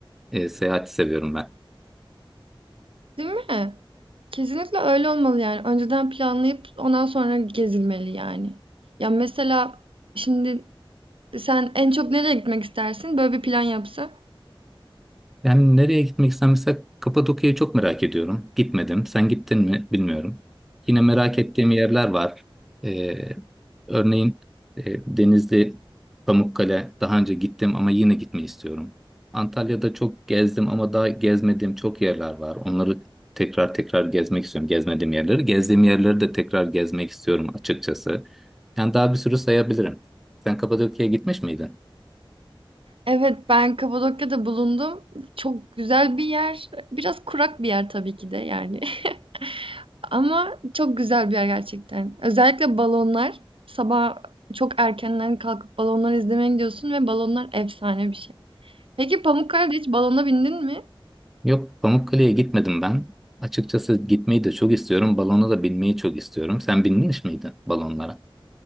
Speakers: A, in the centre; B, on the right.
A: e, seyahati seviyorum ben.
B: değil mi? Kesinlikle öyle olmalı yani. Önceden planlayıp ondan sonra gezilmeli yani. Ya mesela şimdi sen en çok nereye gitmek istersin? Böyle bir plan yapsa.
A: Yani nereye gitmek istersen mesela Kapadokya'yı çok merak ediyorum. Gitmedim. Sen gittin mi bilmiyorum. Yine merak ettiğim yerler var. Ee, örneğin e, Denizli, Pamukkale daha önce gittim ama yine gitmeyi istiyorum. Antalya'da çok gezdim ama daha gezmediğim çok yerler var. Onları tekrar tekrar gezmek istiyorum. Gezmediğim yerleri. Gezdiğim yerleri de tekrar gezmek istiyorum açıkçası. Yani daha bir sürü sayabilirim. Sen Kapadokya'ya gitmiş miydin?
B: Evet, ben Kapadokya'da bulundum. Çok güzel bir yer. Biraz kurak bir yer tabii ki de yani. <laughs> Ama çok güzel bir yer gerçekten. Özellikle balonlar. Sabah çok erkenden kalkıp balonları izlemeye gidiyorsun ve balonlar efsane bir şey. Peki Pamukkale'de hiç balona bindin mi?
A: Yok Pamukkale'ye gitmedim ben. Açıkçası gitmeyi de çok istiyorum. Balona da binmeyi çok istiyorum. Sen binmiş miydin balonlara?